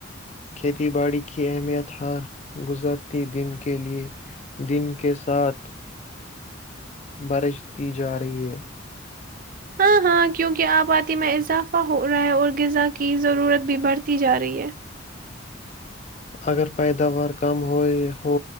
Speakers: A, on the left; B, on the right.
A: کھیتی باڑی کی اہمیت ہر گزرتی دن کے لئے دن کے ساتھ برجتی جار رہی ہے
B: ہاں ہاں کیونکہ آپ آتے میں اضافہ ہو رہا ہے اور غذا کی ضرورت بھی بڑھتی جا رہی ہے
A: اگر پیداوار کم ہو